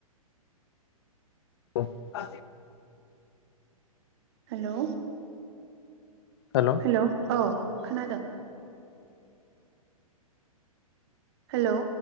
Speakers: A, on the left (about 45°); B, on the right (about 45°).
A: औ <unintelligible>
B: हेलौ
A: हेल'
B: हेलौ औ खोनादों हेलौ